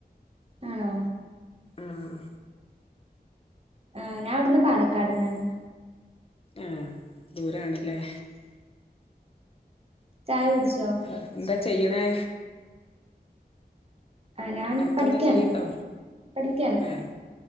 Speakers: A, on the right; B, on the left.
A: ആണോ
B: ആഹ്
A: ഏഹ് ഞാൻ ഇവിടുന്ന് പാലക്കാട്ന്നാണ്
B: ആഹ് ദൂരാണ്ലേ
A: ചായ കുടിച്ചോ
B: ആഹ് എന്താ ചെയ്യ്ണേ
A: ആഹ് ഞാൻ
B: വർക്കെന്താ
A: പഠിക്കാണ്
B: ചെയ്യ്ണ്ടോ
A: പഠിക്കാണ്
B: ഏഹ്